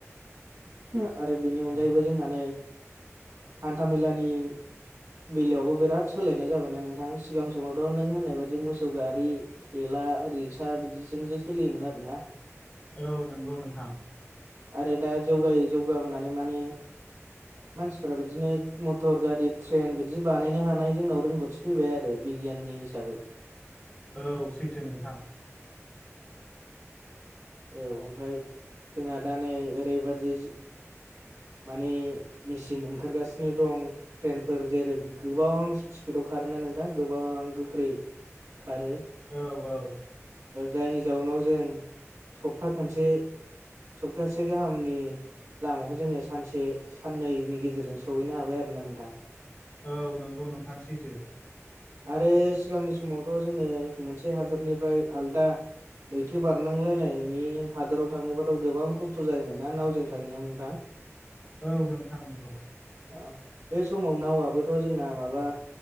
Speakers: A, on the right (about 85°); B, on the left (about 25°).
A: आरो बेनि अनगायैबो
B: औ
A: जोंहा नै हान्थामेलानि बेलायावबो बिराद सोलायनाय जाबायना नोंथां सिगां समावथ' नों होननाय बादि मोसौ गारि थेला रिक्सा बिदिजोंसो सोलियोमोन आरो ना
B: औ नंगौ नोंथां
A: आरो दा जौगायै जौगाबोनानै माने मानसिफ्रा बिदिनो मटर गारि ट्रेन बिदि बानायनो हानाय जोंनाव रोंगौथि फैबाय आरो बिगियाननि हिसाबै
B: औ सैथो नोंथां
A: औ ओमफ्राय जोंहा दा नै ओरैबादि माने मेचिन ओंखारगासिनो दं ट्रेनफोर जेरै गोबां स्पिडाव खारो ना नोंथां गोबां गोख्रै खारो
B: औ औ
A: जायनि जाउनाव जों सप्ता खनसे सप्तासे गाहामनि लामाखौ जोङो सानसे साननैनि गेजेरजों सहैनो हाबाय आरो ना नोंथां
B: औ नंगौ नोंथां सैथो
A: आरो सिगांनि समावथ' जोङो मोनसे हादरनिफ्राय आलदा लैथो बारनांलायनायनि हादोराव थांनोबाथ' गोबां खस्थ' जायोमोन ना नावजों थांनायाव नोंथां
B: औ नोंथां नंगौ
A: औ बे समाव नावाबोथ' जोंना माबा